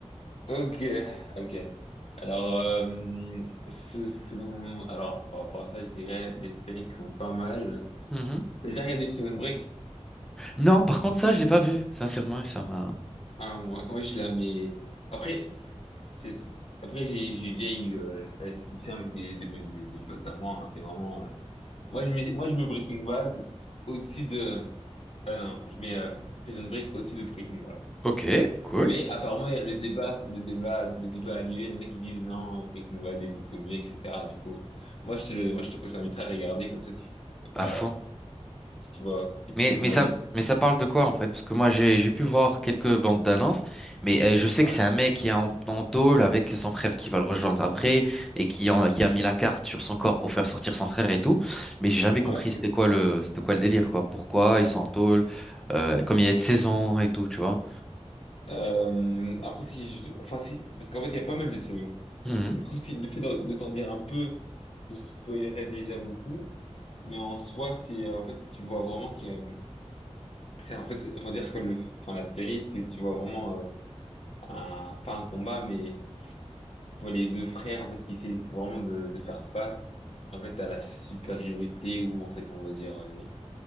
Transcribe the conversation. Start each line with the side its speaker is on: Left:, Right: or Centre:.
Left: Ok, ok. Alors, euh, ce, selon, alors par rapport à ça, je dirais des séries qui sont pas mal.
Centre: Mhm.
Left: T'as déjà regardé Prison Break?
Centre: Non, par contre, ça, je l'ai pas vu. Sincèrement, ça m'a
Left: Ah, moi, moi, je la mets. Après. c'est, c'est- après, j'ai, j'ai déjà eu euh, la discussion avec des, des, des, des potes à moi. hein. C'est vraiment. euh, Moi, je mets, moi, je mets Breaking Bad au-dessus de. Ah non, je mets euh, Prison Break au-dessus de Breaking Bad.
Centre: Ok, cool.
Left: Mais apparemment, il y a le débat, le débat, le débat a lieu. Il y en a qui disent non, Breaking Bad est beaucoup mieux, etc. Du coup, moi, je te, moi, je te t'inviterai à regarder comme ça, tu,
Centre: à
Left: ah,
Centre: fond.
Left: si tu vois et tu
Centre: Mais,
Left: fais ton
Centre: mais
Left: avis.
Centre: ça, mais ça parle de quoi, en fait? Parce que moi, j'ai, j'ai pu voir quelques bandes d'annonces, mais euh, je sais
Left: Ouais,
Centre: que c'est un mec qui est en, en tôle avec son frère qui va le rejoindre après et qui, en- qui a mis la carte sur son corps pour faire sortir son frère et tout. Mais j'ai jamais compris
Left: ouais, exactement.
Centre: c'était quoi le, c'était quoi le délire, quoi. Pourquoi ils sont en tôle, euh, comme il y a de saison et tout, tu vois.
Left: Euh, après, si, je- enfin, si, parce qu'en fait, il y a pas mal de saisons.
Centre: Mhm,
Left: Du coup, si le fait de, de t'en dire un peu te spoilerais déjà beaucoup, mais en soi, c'est en fait, tu vois vraiment que euh, c'est en fait, on va dire que le, enfin la série, c'est tu vois vraiment euh, un pas un combat, mais tu vois les deux frères en fait qui fait, c'est vraiment de, de faire face en fait à la supériorité ou en fait on va dire euh, les,